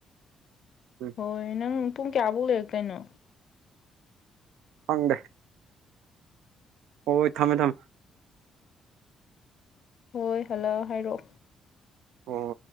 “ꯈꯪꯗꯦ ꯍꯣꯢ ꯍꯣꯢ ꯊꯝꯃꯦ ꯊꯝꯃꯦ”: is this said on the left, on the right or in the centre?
Right